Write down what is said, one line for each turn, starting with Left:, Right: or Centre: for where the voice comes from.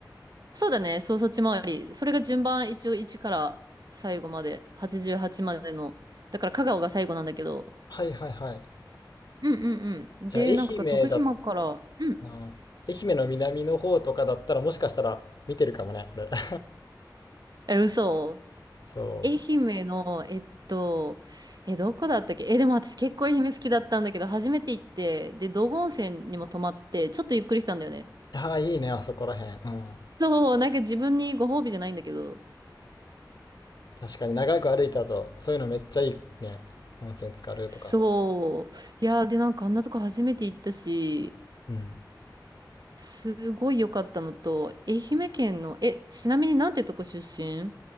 Right: そうだね。そう、そっち回り。それが順番、一応1から最後まで、88までの。だから香川が最後なんだけど。
Left: はいはいはい。
Right: うんうんうん。
Left: じゃあ愛媛だ、
Right: で、なんか徳島から、うん。
Left: うん、愛媛の南の方とかだったらもしかしたら見てるかもね、俺。<laughs>
Right: え、嘘。
Left: そう。
Right: 愛媛の、えっと、え、どこだったっけえ、でも私結構愛媛好きだったんだけど、初めて行って、で、道後温泉にも泊まって、ちょっとゆっくりしたんだよね。
Left: ああ、いいね、あそこらへん。うん。
Right: そう、なんか自分にご褒美じゃないんだけど。
Left: 確かに長く歩いた後、そういうのめっちゃいいね。温泉浸かるとか。
Right: そう。いやー、で、なんかあんなとこ初めて行ったし、
Left: うん。
Right: すごい良かったのと、愛媛県の、え、ちなみになんてとこ出身